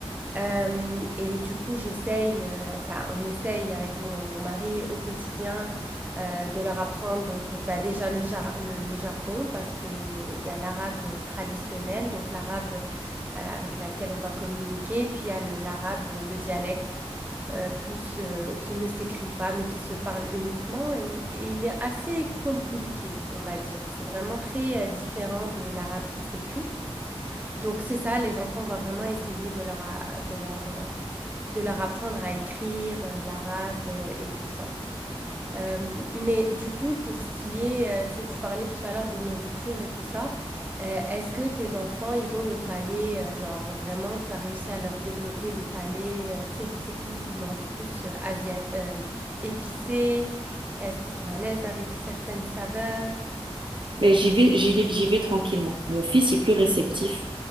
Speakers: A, on the right; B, on the right.
A: Euh, et du coup, j'essaye, euh, enfin, on essaye avec mon, mon mari au quotidien euh, de leur apprendre donc euh, bah, déjà le, jar- le, le jargon parce que le- il y a l'arabe traditionnel, donc l'arabe euh, avec laquelle on va communiquer, puis il y a le- l'arabe, le dialecte, euh, plus euh, qui ne s'écrit pas mais qui se parle uniquement et, et il est assez compliqué, on va dire. C'est vraiment très euh, différent de l'arabe qui s'écrit. Donc c'est ça, les enfants, on va vraiment essayer de leur, a- de leur euh, de leur apprendre à écrire euh, l'arabe euh, et tout ça. Euh, mais du coup, pour ce qui est, euh, tu, tu parlais tout à l'heure de nourriture et tout ça, euh, est-ce que tes enfants, ils ont le palais, euh, genre vraiment, tu as réussi à leur développer le palais, euh, tu sais, je sais que vous, vous mangez plus euh, asiat euh, épicé, est-ce qu'ils sont à l'aise avec certaines saveurs?
B: Mais j'y vais, j'y vais, j'y vais tranquillement. Mon fils est plus réceptif